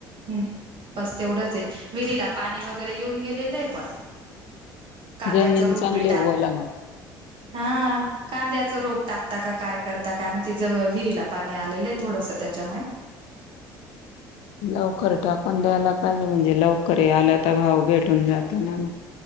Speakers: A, on the right; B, on the left.
A: हम् बस तेवढंच आहे विहिरीला पाणी वगैरे येऊन गेलेलंय पण- कांद्याचं
B: जमीन
A: रोप
B: चांगले
A: बी टाक
B: ओला मग
A: हा कांद्याच रोप टाकता का काय करता काय माहिती ज विहिरीला पाणी आलेलंय. थोडस त्याच्यामुळे
B: लवकर टाकून द्यायला पाहिजे म्हणजे लवकर यायलंय त भाव भेटून जात ना मग.